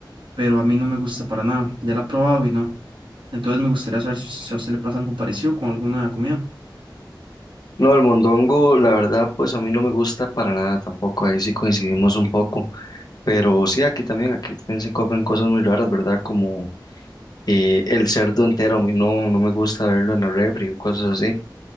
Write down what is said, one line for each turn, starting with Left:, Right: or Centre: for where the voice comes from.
Right: pero a mí no me gusta para nada. Ya la he probado y no. Entonces me gustaría saber si, si a usted le pasa algo parecido con alguna comida.
Left: No, el mondongo, la verdad, pues a mí no me gusta para nada tampoco, ahí sí coincidimos un poco, pero sí, aquí también, aquí también se comen cosas muy raras, ¿verdad? Como eh, el cerdo entero, a mí no, no me gusta verlo en la refri o cosas así.